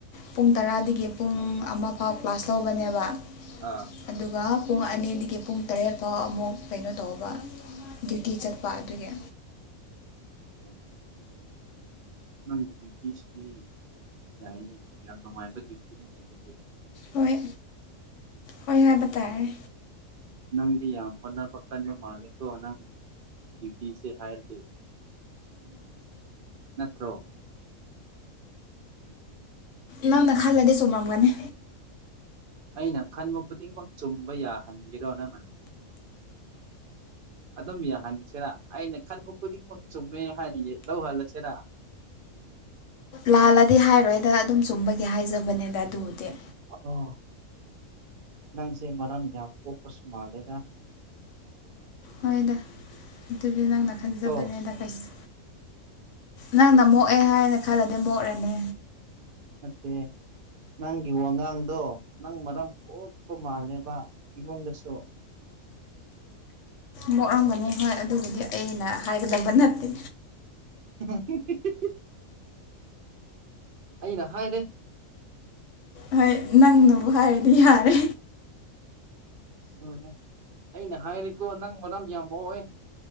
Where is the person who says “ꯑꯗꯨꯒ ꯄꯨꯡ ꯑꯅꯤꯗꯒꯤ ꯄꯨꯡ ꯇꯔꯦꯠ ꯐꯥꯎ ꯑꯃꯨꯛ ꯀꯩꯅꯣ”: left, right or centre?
Left